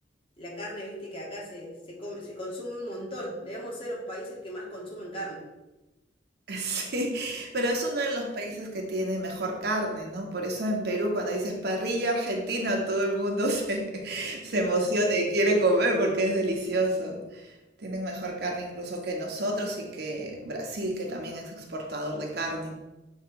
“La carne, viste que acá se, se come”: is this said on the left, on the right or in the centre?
Left